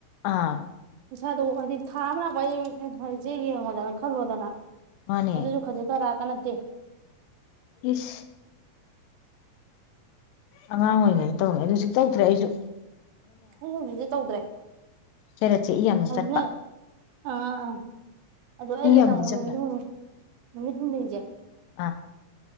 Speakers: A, on the left; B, on the right.
A: ꯑꯥ
B: ꯏꯁꯥꯗꯣ ꯍꯥꯏꯗꯤ ꯊꯥ ꯑꯃ ꯂꯥꯛꯄ ꯐꯖꯦ ꯌꯦꯡꯉꯣꯗꯅ ꯈꯜꯍꯣꯗꯅ
A: ꯃꯥꯅꯦ
B: ꯑꯗꯨꯁꯨ ꯈꯖꯤ ꯈꯔ ꯀ ꯅꯠ ꯀꯦ
A: ꯏꯁ ꯑꯉꯥꯡ ꯑꯣꯏꯔꯤꯉꯩꯗ ꯇꯧꯔꯦ ꯑꯗꯨ ꯍꯧꯖꯤꯛ ꯇꯧꯗ꯭ꯔꯦ ꯑꯩꯖꯨ
B: ꯎꯖꯤ <unintelligible> ꯇꯧꯗ꯭ꯔꯦ
A: ꯄꯦꯔꯠꯁꯦ ꯏꯌꯥꯝꯅ
B: ꯍꯧꯖꯤꯛꯅ
A: ꯆꯠꯄ
B: ꯑꯥ ꯑꯗꯨ ꯑꯩꯒꯤꯅ
A: ꯏ ꯌꯥꯝꯗꯤ
B: ꯑꯃꯨꯛ
A: ꯆꯠꯄ꯭ꯔꯥ
B: ꯅꯨꯃꯤꯠ ꯍꯨꯝꯅꯤ ꯅꯨꯃꯤꯠ ꯍꯨꯝꯅꯤꯖꯦ
A: ꯑꯥ